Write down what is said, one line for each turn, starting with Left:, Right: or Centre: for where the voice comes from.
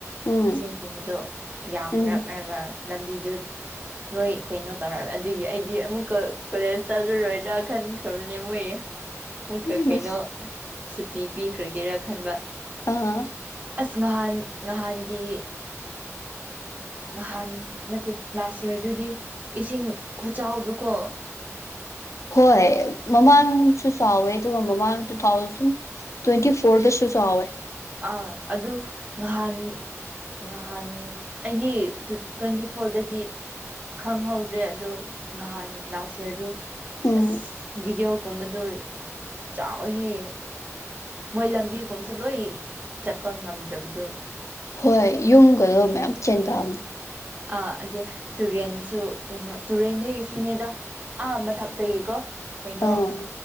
Left: ꯎꯝ
Right: ꯏꯁꯤꯡꯒꯨꯝꯕꯗꯨ ꯌꯥꯝꯔꯛꯔꯒ
Left: ꯎꯝ
Right: ꯂꯝꯕꯤꯗꯨ ꯂꯣꯏ ꯀꯩꯅꯣ ꯇꯧꯔꯒ ꯑꯗꯨꯒꯤ ꯑꯩꯗꯤ ꯑꯃꯨꯛꯀ ꯀꯣꯂꯦꯖ ꯆꯠꯂꯔꯣꯏꯗ꯭ꯔꯥ ꯈꯟꯈ꯭ꯔꯕꯅꯦ ꯃꯣꯏ ꯑꯃꯨꯛꯀ
Left: ꯎꯝ
Right: ꯀꯩꯅꯣ ꯁꯨꯇꯤ ꯄꯤꯈ꯭ꯔꯒꯦꯔꯥ ꯈꯟꯕ
Left: ꯑꯥ
Right: ꯑꯁ ꯅꯍꯥꯟ ꯅꯍꯥꯟꯒꯤ ꯅꯍꯥꯟ ꯅꯠꯇꯦ ꯂꯥꯁ ꯌꯥꯔꯗꯨꯗꯤ ꯏꯁꯤꯡ ꯈꯨꯆꯥꯎꯗꯨꯀꯣ
Left: ꯍꯣꯏ ꯃꯃꯥꯡꯁꯨ ꯆꯥꯎꯋꯦ ꯑꯗꯨꯒ ꯃꯃꯥꯡ ꯇꯨ ꯊꯥꯎꯁꯟ ꯇ꯭ꯋꯦꯟꯇꯤ ꯐꯣꯔꯗꯁꯨ ꯆꯥꯎꯋꯦ
Right: ꯑꯥ ꯑꯗꯨ ꯅꯍꯥꯟ ꯅꯍꯥꯟ ꯑꯩꯒꯤ ꯇ꯭ꯋꯦꯟꯇꯤ ꯐꯣꯔꯗꯗꯤ ꯈꯪꯍꯧꯗ꯭ꯔꯦ ꯑꯗꯨ ꯅꯍꯥꯟ ꯂꯥꯁ ꯌꯥꯔꯗꯨ
Left: ꯎꯝ
Right: ꯑꯁ ꯚꯤꯗꯤꯑꯣꯒꯨꯝꯕꯗꯣ ꯆꯥꯎꯋꯤꯍꯦ ꯃꯣꯏ ꯂꯝꯕꯤꯒꯨꯝꯁꯨ ꯂꯣꯏ ꯆꯠꯄ ꯉꯝꯗ꯭ꯔꯕꯗꯨ
Left: ꯍꯣꯏ ꯌꯨꯝꯒꯗꯣ ꯃꯌꯥꯝ ꯆꯦꯟꯗꯕꯅꯦ
Right: ꯑꯥ ꯑꯗꯨ ꯇꯨꯔꯦꯟꯁꯨ ꯀꯩꯅꯣ ꯇꯨꯔꯦꯟꯗꯒꯤꯁꯨꯅꯤꯗꯥ ꯑꯥ ꯃꯊꯛꯇꯒꯤ ꯀꯣ ꯀꯩꯅꯣ
Left: ꯑꯥ